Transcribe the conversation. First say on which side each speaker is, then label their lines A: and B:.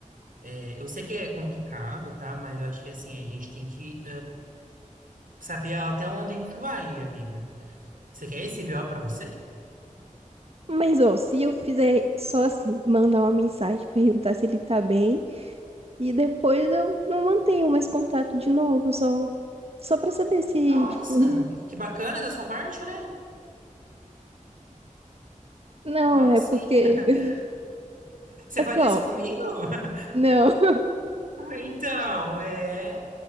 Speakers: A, on the right; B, on the right.
A: É, eu sei que é complicado, tá? Mas eu acho que assim, a gente tem que Saber até onde a gente vai, amiga. Você quer esse BO pra você?
B: Mas, ó, se eu fizer só assim, mandar uma mensagem, <laughs> perguntar se ele tá bem, e depois eu não mantenho mais contato de novo, eu só, só pra saber se,
A: Nossa,
B: tipo, <laughs>
A: que que bacana da sua parte, né?
B: não,
A: Nossa,
B: é porque.
A: hein?
B: <laughs>
A: <laughs> Você
B: É
A: faria
B: porque, ó,
A: isso comigo? <laughs>
B: não, <laughs>
A: Então, é.